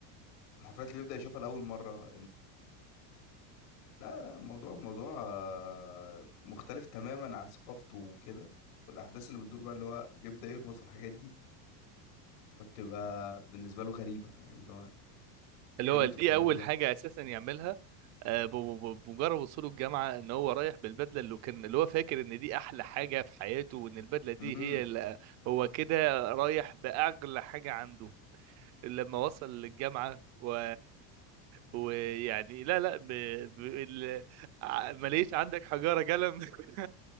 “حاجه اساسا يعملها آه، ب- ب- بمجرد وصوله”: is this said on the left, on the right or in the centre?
Right